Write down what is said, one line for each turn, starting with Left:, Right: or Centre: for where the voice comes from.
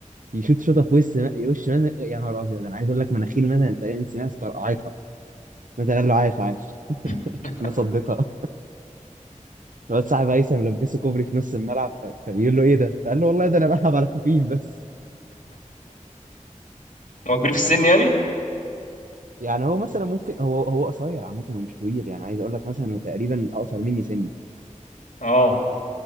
Right: يشوط شوطه في وش وش مثلا يا نهار ابيض انا عايز اقول لك مناخير مثلا تقريبا سمعت طرقعتها مثلا قال له عايش عايش
Left: <clears throat>
Right: انا صديتها الواد صاحب هيثم لبسه كوبري في نص الملعب ف- فبيقول له ايه ده؟ فقال له والله ده انا بلعب على خفيف بس
Left: هو كبير في السن يعني
Right: يعني هو مثلا ممكن هو هو قصير عامه هو مش طويل يعني عايز اقول لك مثلا هو تقريبا اقصر مني سنه
Left: اه